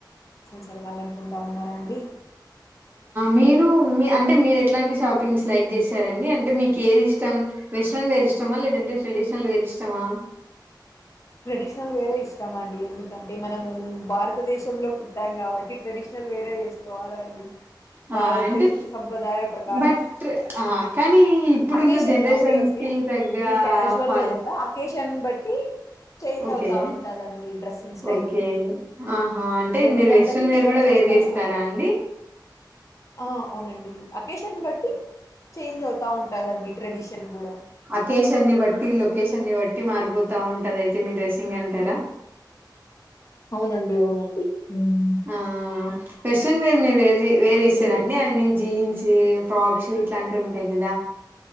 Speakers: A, on the left; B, on the right.
A: చదవలనుకుంటా ఉన్నారా అండి
B: మీరు మీ అంటే మీరు ఎట్లాంటి షాపింగ్స్ లైక్ చేశారండి అంటే మీకు ఏది ఇష్టం వెస్ట్రన్ వేర్ ఇష్టమా లేదంటే ట్రెడిషనల్ వేర్ ఇష్టమా
A: ట్రెడిషనల్ వేరే ఇష్టం అండి ఎందుకంటే మనము భారతదేశంలో పుట్టాం కాబట్టి ట్రెడిషనల్ <unintelligible> వేరేగా వేసుకోవాలండి భారత
B: ఆ అంటే
A: సంప్రదాయ ప్రకారం
B: బట్ ఆ కానీ ఇప్పుడున్న
A: ఆక్కేషన్లు
B: జనరేషన్స్
A: ఒకే ఒకేనేను
B: కి తగ్గ
A: కేసువల్
B: ఫల్
A: గా చెప్పిన చెంబట్టి చేంజ్
B: ఓకే
A: అవుతా ఉంటాడండీ డ్రెస్సింగ్ స్టైల్
B: ఓకే ఆహా అంటే
A: రెండు
B: మీరు
A: దానిలకి
B: వెస్ట్రన్
A: ప్రిఫర్
B: వేర్ కూడా
A: చేస్తాను
B: వేర్ చేస్తారా అండి
A: అవునండి అకేషన్ బట్ ట్టి చేంజ్ అవుతా ఉంటాదండి ట్రెడిషన్ కూడా
B: అకేషన్ని బట్టి లొకేషన్ని బట్టి మారిపోతా ఉంటది అయితే మీ డ్రెస్సింగ్ అంటారా
A: అవునండి అవునండి ఉమ్.
B: ఆ వెస్ట్రన్ వేర్ మీరు వేరే వేరే వేస్తారండి
A: ఇంకేంటి
B: ఐ మీన్ జీన్స్ చిగా ఫ్ర్రాక్ షీట్ ఇట్లాంటివి ఉంటాయి గాదా